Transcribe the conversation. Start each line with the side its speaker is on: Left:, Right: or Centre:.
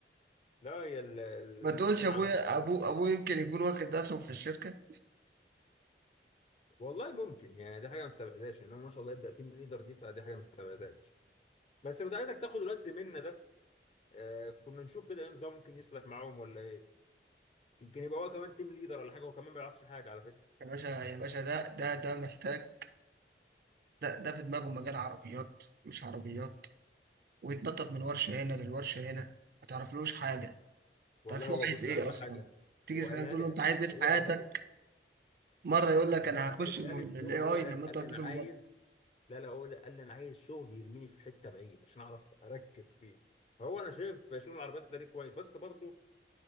Left: لا هي ال-
Right: ما
Left: السيستم
Right: تقولش ابويا
Left: عندكم
Right: ابوه ابوه يمكن يكون واخد اسهم في الشركه
Left: والله ممكن يعني دي حاجه ما استبعدهاش ان هو ما شاء الله يبدا تيم ليدر دي فدي حاجه ما استبعدهاش بس كنت عايزك تاخد الواد زميلنا ده آه كنا نشوف كده ايه نظام ممكن يسلك معاهم ولا ايه يمكن يبقى هو كمان تيم ليدر ولا حاجه هو كمان ما بيعرفش حاجه على فكره
Right: يا باشا يا باشا ده ده ده محتاج ده ده في دماغه مجال عربيات مش عربيات ويتنطط من ورشه هنا للورشه هنا ما تعرفلوش حاجه ما
Left: والله
Right: تعرفش
Left: هو
Right: هو
Left: بص
Right: عايز ايه
Left: اغلى
Right: اصلا
Left: حاجه
Right: تيجي
Left: هو
Right: تسأله
Left: قالها
Right: تقول
Left: لي
Right: له انت
Left: اساسا
Right: عايز ايه في
Left: هو
Right: حياتك
Left: قالها لي
Right: مره يقول لك
Left: ما
Right: انا
Left: هو
Right: هخش
Left: قالها
Right: الاي
Left: لي في يوم
Right: اي
Left: هو قالها
Right: لما
Left: لي
Right: انت
Left: قال
Right: وديته
Left: لي انا عايز
Right: المبادره
Left: لا لا هو قال لي انا عايز شغل يرميني في حته بعيد عشان اعرف اركز فيه فهو انا شايف شغل العربيات ده ليه كويس بس برضو